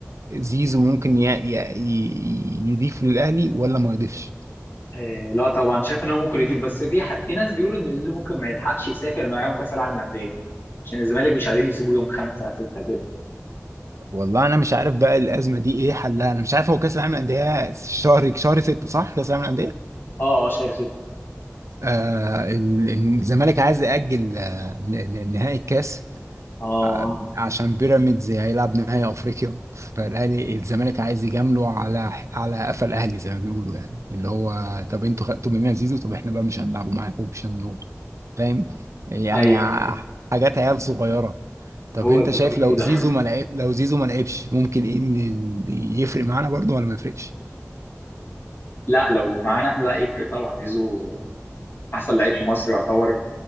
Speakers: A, on the right; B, on the left.
A: زيزو ممكن ي- ي- ي- يضيف للاهلي ولا ما يضيفش؟
B: آه لا طبعا شايف ان هو ممكن يضيف بس في ح... في ناس بيقولوا ان زيزو ممكن ما يلحقش يسافر معاهم كاس العالم للانديه عشان الزمالك مش عايزين يسيبوه يوم خمسة ستة كده
A: والله انا مش عارف بقى الازمه دي ايه حلها انا مش عارف هو كاس العالم للانديه شهر شهر 6 صح كاس العالم للانديه
B: اه اه شهر ستة
A: آه ال- ال- الزمالك عايز ياجل آه، ن- ن- نهائي الكاس
B: اه
A: آه، عشان بيراميدز هيلعب نهائي افريقيا فالاهلي الزمالك عايز يجامله على على قفا الاهلي زي ما بيقولوا يعني اللي هو طب انتوا خدتوا مننا زيزو طب احنا بقى مش هنلعبه معاكم مش هنروح فاهم يعني
B: ايوه
A: ع- حاجات عيال صغيرة طب
B: هو
A: انت
B: الزمالك
A: شايف لو
B: كده
A: زيزو ما لعب لو زيزو ما لعبش ممكن ايه ان- يفرق معانا برضه ولا ما يفرقش؟
B: <laughs> لا لو معانا احنا لا يفرق طبعا زيزو احسن لعيب في مصر يعتبر